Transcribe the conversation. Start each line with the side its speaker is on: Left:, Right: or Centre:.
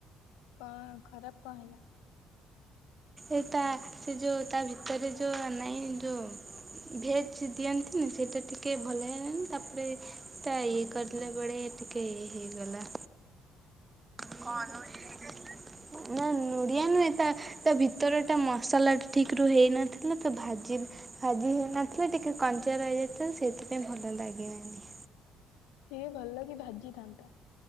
Left: କଣ ଖରାପ କଣ ହେଲା?
Right: ଏ ତା ସେ ଯୋଉ ତା ଭିତରେ ଯୋଉ ନାଇଁ ଯୋଉ ଭେଜ ଦିଅନ୍ତିନି ସେଇଟା ଟିକେ ଭଲ ହେଇଗଣି ତାପରେ ତା ଇଏ କରିଲା ବେଳେ ଟିକେ ଇଏ ହେଇଗଲା। କଣ <unintelligible> ନା ନୁଡିଆ ନୁହେଁ ତା ତା ଭିତର ଟା ମସଲା ଠିକ ରୁ ହେଇନଥିଲା ତ ଭାଜି ଭାଜି ହେଇନଥିଲା ଟିକେ କଞ୍ଚା ରହିଯାଇଥିଲା ସେଇଥିପାଇଁ ଭଲ ଲାଗିଲନି।
Left: ସିଏ ଭଲକି ଭାଜିଥାନ୍ତା।